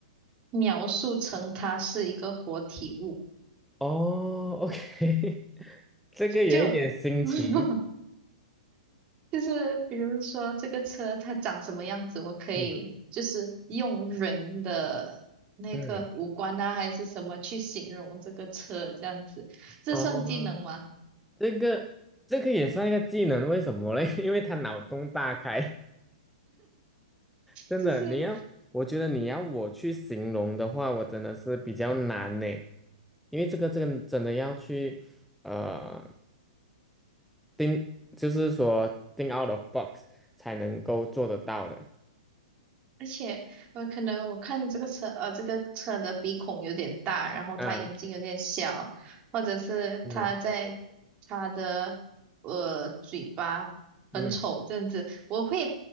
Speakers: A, on the right (about 30°); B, in the centre.
A: 描述成它是一个活体物，
B: 哦，OK，<laughs> 这个有一点新奇
A: 就 <laughs> 就是比如说这个车它长什么样子，我可以就是用人的那个五官啊，
B: <laughs>，嗯，嗯，
A: 还是什么去形容这个车这样子，这算技能吗？
B: 哦，这个这个也算一个技能，为什么嘞？<laughs> 因为他脑洞大开。真的，
A: 就是。
B: 你要，我觉得你要我去形容的话，我真的是比较难呢，因为这个这个真的要去呃定，就是说定 out of box 才能够做得到的。
A: 而且我可能我看这个车，呃，这个车的鼻孔有点大，然后他眼睛有点小，
B: 嗯
A: 或者是他在
B: 嗯
A: 他的呃嘴巴很丑这样子，
B: 嗯
A: 我会